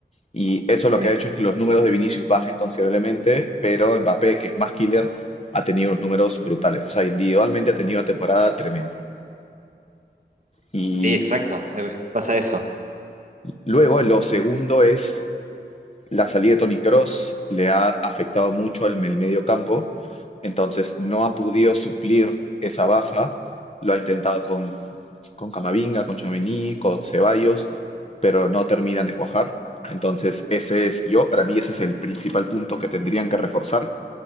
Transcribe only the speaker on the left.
Y eso lo
que ha hecho es que los números de Vinicius bajen considerablemente, pero Mbappé, que es más killer, ha tenido unos números brutales. O sea, individualmente ha tenido una temporada tremenda. Y
luego, lo segundo es la salida de Toni Kroos, le ha afectado mucho al me- el medio campo, entonces no ha podido suplir esa baja. Lo ha intentado con, con Camavinga, con Tchouaméni, con Ceballos, pero no terminan de cuajar. Entonces, ese es yo, para mí ese es el principal punto que tendrían que reforzar